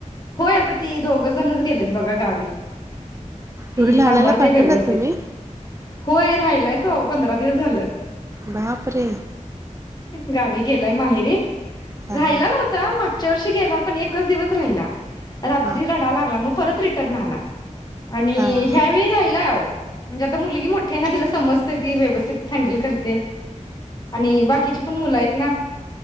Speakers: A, on the left; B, on the right.
A: होय आता ती दोघं जणच गेलेत बघा गावी ती
B: एवढी लहानाला
A: सांभाळते
B: पाठवलात
A: व्यवस्थित
B: तुम्ही?
A: होय राहिलाय. हो पंधरा दिवस झालं.
B: बापरे!
A: गावी. गेलाय माहेरीे.
B: हा
A: राहिला
B: हा
A: नव्हता मागच्या वर्षी. गेला पण एकच दिवस राहिला. रात्री
B: हा
A: रडा लागला म परत. रिटर्न आला. आणिअ
B: हा हा
A: ह्यावेळी राहिलाय आओ. म्हणजे आता मुलगी मोठ्ठी हे ना तिला समजते ती व्यवस्थित हँडल करते. आणि बाकीची पण मुलं आहेत ना.